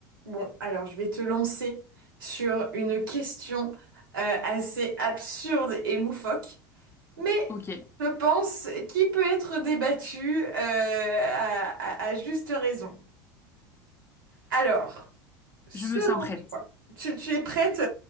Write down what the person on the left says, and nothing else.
Ok,
je me tiens prête.